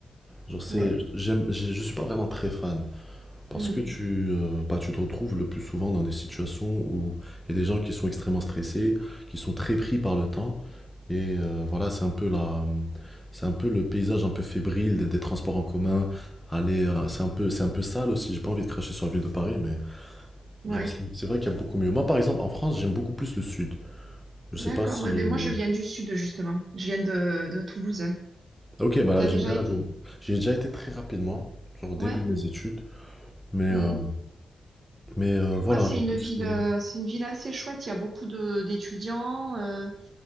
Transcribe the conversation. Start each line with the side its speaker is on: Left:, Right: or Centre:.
Centre: Genre, c'est,
Right: ouais,
Centre: j'aime, je, je suis pas vraiment très fan. Parce
Right: mm,
Centre: que tu, euh, bah, tu te retrouves le plus souvent dans des situations où il y a des gens qui sont extrêmement stressés, qui sont très pris par le temps. Et euh, voilà, c'est un peu la, c'est un peu le paysage un peu fébrile des, des transports en commun. Aller, euh, c'est un peu, c'est un peu sale aussi. J'ai pas envie de cracher sur la ville de Paris, mais
Right: ouais.
Centre: genre, c'est c'est vrai qu'il y a beaucoup mieux. Moi, par exemple, en France, j'aime beaucoup plus le sud. Je sais
Right: D'accord,
Centre: pas si.
Right: ouais, ben moi je viens du sud, justement. Je viens de, de Toulouse.
Centre: Ok, bah
Right: T'as
Centre: là, j'aime
Right: déjà
Centre: bien
Right: été?
Centre: la ville. J'ai déjà été très rapidement, genre au début
Right: Ouais.
Centre: de mes études, mais,
Right: mm.
Centre: euh, mais euh, voilà,
Right: Ouais, c'est
Centre: j'ai
Right: une
Centre: plus
Right: ville,
Centre: fait.
Right: euh, c'est une ville assez chouette. Il y a beaucoup de d'étudiants, euh,